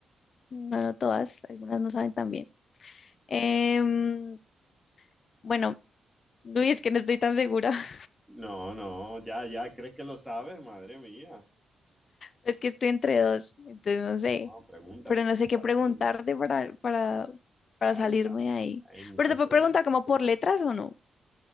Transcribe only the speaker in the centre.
No, no, ya, ya, ¿crees que lo sabes? Madre mía.
No, pregunta,
pregunta,
pregunta.
Ay,
hay, muchas
preguntas.